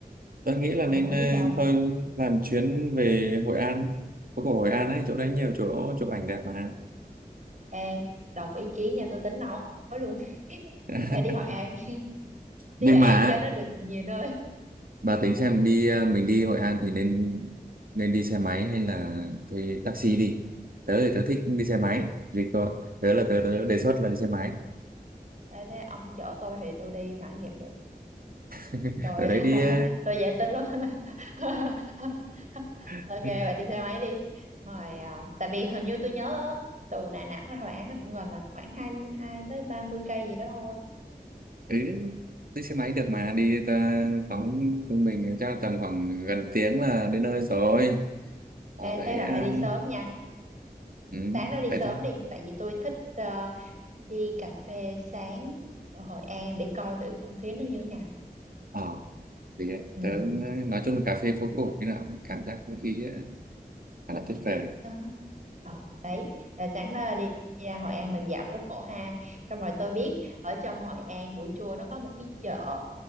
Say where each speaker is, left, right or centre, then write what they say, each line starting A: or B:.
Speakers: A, on the right; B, on the right.
A: Tôi nghĩ là
B: ông
A: nên
B: muốn
A: ờ,
B: đi đâu
A: thôi làm chuyến về Hội An. Phố cổ Hội An ấy, chỗ đấy nhiều chỗ chụp ảnh đẹp mà.
B: ê đồng ý kiến nha tôi tính nói luôn <laughs>
A: <laughs>
B: phải đi Hội An <laughs> đi
A: nhưng
B: Hội An
A: mà á,
B: cho nó được nhiều nơi
A: bà tính xem đi ờ, mình đi Hội An thì nên nên đi xe máy hay là thuê taxi đi tớ thì tớ thích đi xe máy vì có tớ là tớ, tớ đề xuất là đi xe máy
B: ê, thế ông chở tôi thì tôi đi bản nghiệm được
A: <laughs>
B: tôi
A: ở đấy
B: <laughs>
A: đi ờ,
B: tôi dễ tính lắm <laughs>
A: <laughs>
B: ok vậy đi xe máy đi rồi à, tại vì hình như tôi nhớ từ Đà Nẵng ra Hội An nó cũng gần là khoảng hai mươi hai tới ba mươi cây gì đó thôi
A: Ừ, đi xe máy được
B: ừ.
A: mà đi ờ, phóng trung bình chắc tầm khoảng gần tiếng là đến nơi rồi. Vào
B: ê
A: đấy
B: thế là
A: à,
B: phải đi sớm nha
A: ừ,
B: sáng đó đi
A: phải
B: sớm
A: thế.
B: đi tại vì tôi thích ờ, đi cà phê sáng ở Hội An để coi thử không khí nó như thế nào
A: Ờ. vì vậy
B: ừ
A: tớ nói chung là cà phê phố cổ cái nào cũng cảm giác không khí ấy, khá là tuyệt vời
B: đó. ừ đấy là sáng đó đi, đi ra Hội An mình dạo phố cổ ha xong rồi tôi biết ở trong Hội An buổi trưa nó có một cái chợ